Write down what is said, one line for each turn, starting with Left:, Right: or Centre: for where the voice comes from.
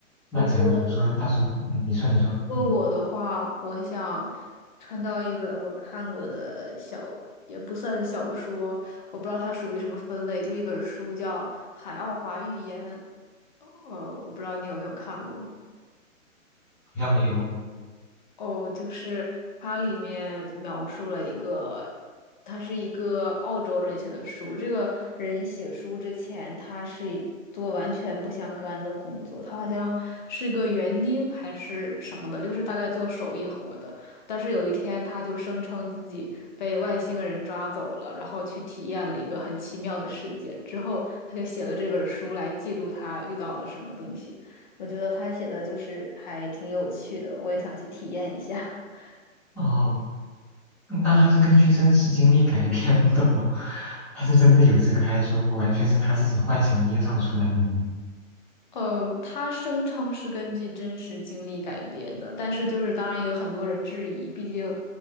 Centre: 那假如说到时候，
Left: 不过，
Centre: 嗯，你说你说，
Left: 不过我的话，
Centre: 嗯，
Left: 我想穿到一本我看过的小，也不算是小说，我不知道它属于什么分类，就是一本书叫《海奥华寓言》。呃，我不知道你有没有看过。
Centre: 好像没有
Left: 哦，就是它里面描述了一个，他是一个澳洲人写的书。这个人写书之前，他是做完全不相干的工作，他好像是个园丁还是什么的，就是大概做手艺活的。但是有一天，他就声称自己被外星人抓走了，然后去体验了一个很奇妙的世界。之后，他就写了这本书来记录他遇到了什么东西。我觉得他写的就是还挺有趣的，我也想去体验一下。<laughs>
Centre: 哦。那他是根据真实经历改编的吗？<laughs> 他是真的有这个，还是说完全是他自己幻想捏造出来的呢？
Left: 呃，他声称是根据真实经历改编的，但是就是当然也有很多人质疑，毕竟